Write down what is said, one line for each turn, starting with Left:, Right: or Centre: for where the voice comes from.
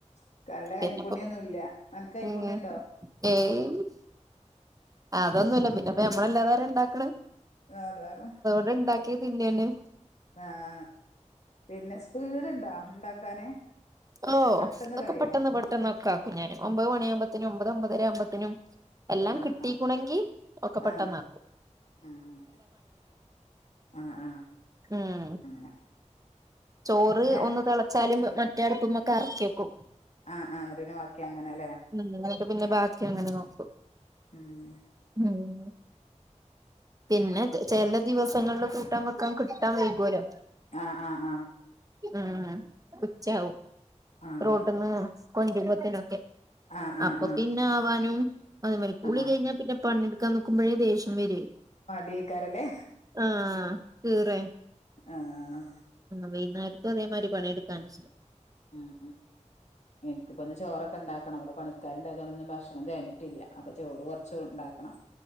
Left: എന്ക്ക് നല്ല കൈപ്പുണ്യം
Right: പിന്നെപ്പോ
Left: ഒന്നും ഇല്ല നെനക്ക് കൈപ്പുണ്യം
Right: ഉം
Left: ഉണ്ടോ
Right: ഏയ് അതൊന്നുമില്ല പിന്നെയിപ്പ ഞമ്മളല്ലാതാര ഇണ്ടാക്കണ്
Left: അതാര <unintelligible>
Right: ഇ ഇണ്ടാക്കിയ തിന്നതന്നേ
Left: ആഹ് പിന്നെ സ്പീട് ഇണ്ടോ ഉണ്ടാക്കാന്
Right: ഓഹ്
Left: പെട്ടെന്ന്
Right: അതൊക്കെ
Left: കഴിയോ
Right: പെട്ടെന്ന് പെട്ടെന്ന് ഒക്കെ ആക്കും ഞാൻ ഒമ്പത് മണിയ ആകുമ്പോത്തനും ഒമ്പത് ഒമ്പതര ആകുമ്പോത്തനും- എല്ലാം
Left: ആഹ്
Right: കിട്ടീക്കുണമെങ്കി
Left: ആഹ്
Right: ഒക്കെ പെട്ടന്ന്
Left: ആഹ്
Right: ആക്കും
Left: ആഹ് ആഹ് ആഹ്
Right: ഉം
Left: അങ്ങനെ
Right: ചോറ്
Left: ഞാൻ
Right: ഒന്ന് തെളച്ചാലും മ- മറ്റെ അടുപ്പുമൊക്കെ എറക്കിവെക്കും
Left: ആഹ് ആഹ് അന്നേരം പിന്നെ ബാക്കി അങ്ങനെയാല്ലേ
Right: ഉം നിങ്ങളൊക്കെ പിന്നെ ബാക്കി അങ്ങനെ നോക്കും
Left: ഉം
Right: ഉം പിന്നെ ചെല ദിവസങ്ങളില് കൂട്ടാൻ വെക്കാൻ കിട്ടാൻ വൈകുല്ലോ
Left: ആഹ് ആഹ് ആഹ്
Right: ഉം ഉച്ചയാവും
Left: ആഹ്
Right: റോടിന്ന് കൊണ്ടുമ്പത്തിനൊക്കെ
Left: ആഹ് ആഹ് ആഹ്
Right: അപ്പൊ
Left: ആഹ്
Right: പിന്നെ ആവാനും- അതെ മാതിരി കുളികഴിഞ്ഞാ
Left: ആഹ്
Right: പിന്നെ പണിയെടുക്കാ നോക്കുമ്പോഴേ ദേഷ്യം വരുവേ
Left: മടിയക്കാരല്ലേ
Right: ആഹ് കീറുവേ
Left: ആഹ്
Right: ആ വൈകുനേരത്തും അതേമാതിരി പണിയെടുക്കാൻ-
Left: ആഹ് ആഹ് ഇപ്പൊന്ന് ചോറൊക്കെ ഒണ്ടാക്കണം ഇവിടെ പണിക്കാരുണ്ടായത് കാരണം ഇവിടെ ഭക്ഷണം തെകഞ്ഞിട്ടില്ല അപ്പോ ചോറ് കൊറച്ച് ഒണ്ടാക്കണം